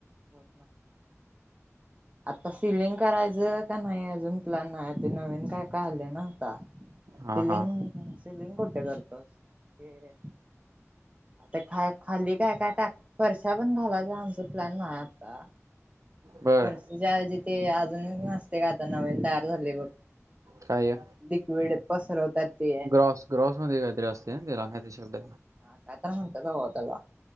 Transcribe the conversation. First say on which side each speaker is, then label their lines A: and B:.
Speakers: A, on the right (about 25°); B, on the right (about 85°).
A: होत आ सिलिंग करायचं का नाही अजून प्लॅन नाही ते नवीन काय काले ना आता सिलिंग
B: हा हा
A: सिलिंग कुठे करतोस ते आता ख खाली काय काय टाक फर्षा पण घालायच आमचा प्लॅन नाही आता.
B: बर
A: फर्षीच्या ऐवजी ते अजून नसते का आता नवीन तयार झाले बघ.
B: काय
A: लिक्विड पसरवतात. ते
B: ग्रॉस ग्रॉसमध्ये काहीतरी असते ना त्याला ह ते शब्द.
A: हा काय तर म्हणतात बाबा त्याला.